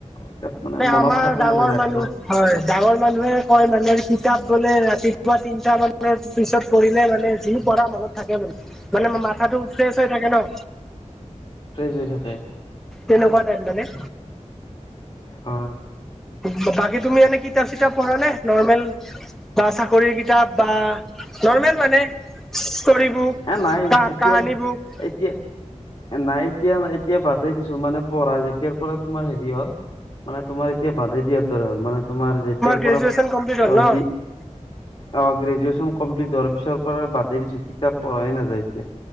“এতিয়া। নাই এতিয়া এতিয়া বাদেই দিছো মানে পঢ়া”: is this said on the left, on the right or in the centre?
Left